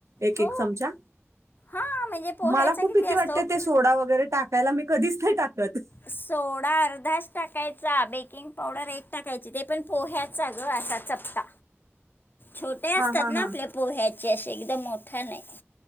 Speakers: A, on the right (about 80°); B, on the left (about 45°).
A: एक
B: हो
A: एक चमचा.
B: हां म्हणजे पोह्याचा
A: मला खूप
B: किती
A: भिती
B: असतो
A: वाटते
B: भीती
A: ते सोडा वगैरे टाकायला मी कधीच नाही टाकत.
B: सोडा अर्धाचं टाक. कायचा बेकिंग पावडर एक टाकायची ते पण पोह्याचा ग असा चपटा. छोट्या
A: हा
B: असतात
A: हा
B: ना
A: हा
B: आपल्या पोह्याचे असे एकदम मोठा नाय.